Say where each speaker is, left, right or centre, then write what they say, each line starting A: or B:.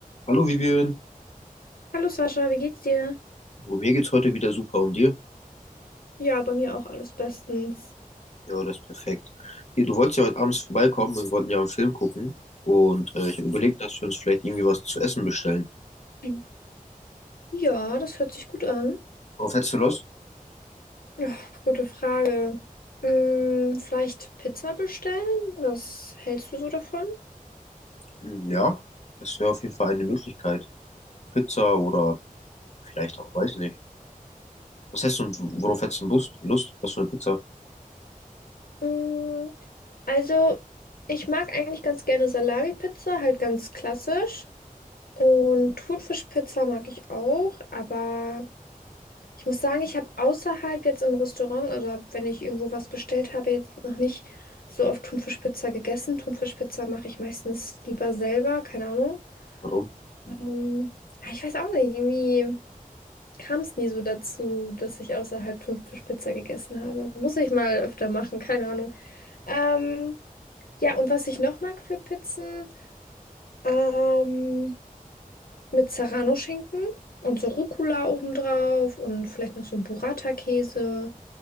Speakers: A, on the left; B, on the left.
A: Hallo Vivian,
B: Hallo Sascha, wie geht's dir?
A: oh, mir geht's heute wieder super und dir?
B: Ja, bei mir auch alles bestens.
A: Ja, das ist perfekt. Hier, du wolltest ja heute abends vorbeikommen und wir wollten ja einen Film gucken und äh, ich habe überlegt, dass wir uns vielleicht irgendwie was zu essen bestellen.
B: Mhm. Ja, das hört sich gut an.
A: Worauf hättest du Lust?
B: Ja, gute Frage. Mm, vielleicht Pizza bestellen? Was hältst du so davon?
A: Hm, Ja, das wäre auf jeden Fall eine Möglichkeit. Pizza oder vielleicht auch, weiß ich nicht. Was hättest du, worauf hättest du Lust? Lust? Was für eine Pizza?
B: Mm, also, ich mag eigentlich ganz gerne Salami-Pizza, halt ganz klassisch. Und Thunfischpizza mag ich auch, aber Ich muss sagen, ich habe außerhalb jetzt im Restaurant oder wenn ich irgendwo was bestellt habe, jetzt noch nicht so oft Thunfischpizza gegessen. Thunfischpizza mache ich meistens lieber selber, keine Ahnung.
A: Warum?
B: Ähm, aber ich weiß auch nicht, irgendwie kam es nie so dazu, dass ich außerhalb Thunfischpizza gegessen habe. Muss ich mal öfter machen, keine Ahnung. Ähm, ja, und was ich noch mag für Pizzen, ähm, mit Serrano-Schinken und so Rucola obendrauf und vielleicht noch so Burrata-Käse.